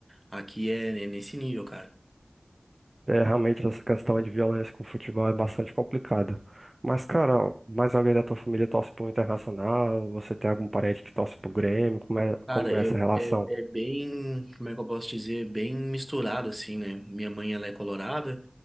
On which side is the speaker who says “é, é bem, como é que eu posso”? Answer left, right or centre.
Right